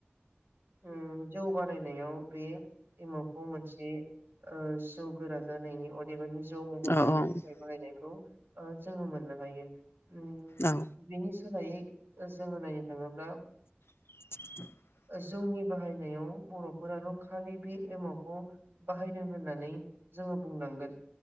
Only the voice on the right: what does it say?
उम जौ बानायनायाव बे एमावखौ मोनसे ओ जौ गोरा जानायनि अदेबानि जौ महर जानायनि
थाखाय बाहायनायखौ ओ जोङो मोननो हायो। ओम
बिनि सोलायै ओ जोङो नायनो थाङोब्ला
जोंनि बाहायनायाव बर'फोराल' खालि बे एमावखौ बाहायदों होननानै जोङो बुंनांगोन।